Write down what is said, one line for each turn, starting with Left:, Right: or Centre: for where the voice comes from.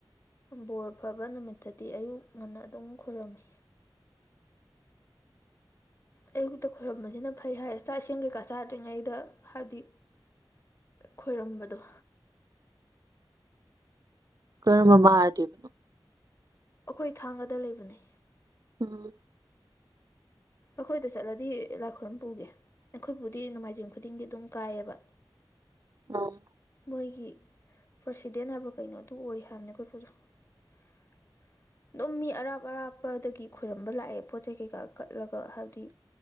Left: ꯕꯣꯔ ꯐꯕ ꯅꯨꯃꯤꯠꯇꯗꯤ ꯑꯌꯨꯛ ꯉꯟꯅ ꯑꯗꯨꯝ ꯈꯔꯝꯃꯤ ꯑꯌꯕꯨꯨꯛꯇ ꯈꯣꯏꯔꯝꯕꯁꯤꯅ ꯐꯩ ꯍꯥꯏ ꯆꯥꯛ ꯏꯁ ꯀꯩꯀꯥ ꯆꯥꯗ꯭ꯔꯤꯉꯩꯗ ꯍꯥꯏꯕꯗꯤ ꯈꯣꯏꯔꯝꯕꯗꯣ
Right: ꯀꯔꯝꯕꯥ ꯃꯍꯥꯗꯦꯕꯅꯣ
Left: ꯑꯩꯈꯣꯏ ꯊꯥꯡꯒꯗ ꯂꯩꯕꯅꯦ
Right: ꯎꯝ
Left: ꯑꯩꯈꯣꯏꯗ ꯆꯠꯂꯗꯤ ꯂꯥꯏ ꯈꯨꯏꯔꯝꯕ ꯄꯨꯒꯦ ꯑꯩꯈꯣꯏꯕꯨꯗꯤ ꯅꯣꯡꯃꯥꯏꯖꯤꯡ ꯈꯨꯗꯤꯡꯒꯤ ꯑꯗꯨꯝ ꯀꯥꯏꯑꯕ
Right: ꯑꯣ
Left: ꯃꯣꯏꯒꯤ ꯄ꯭ꯔꯁꯤꯗꯦꯟ ꯍꯥꯏꯕ꯭ꯔꯥ ꯀꯩꯅꯣ ꯑꯗꯨ ꯑꯣꯏ ꯍꯥꯏꯕꯅꯦ ꯑꯩꯈꯣꯏ ꯄꯨꯗꯣ <inaudible> ꯑꯗꯨꯝ ꯃꯤ ꯑꯔꯥꯞ ꯑꯔꯥꯞꯄꯗꯒꯤ ꯈꯣꯏꯔꯝꯕ ꯂꯥꯛꯑꯦ ꯄꯣꯠ ꯆꯩ ꯀꯩꯀꯥ ꯀꯠꯂꯒ ꯍꯥꯏꯕꯗꯤ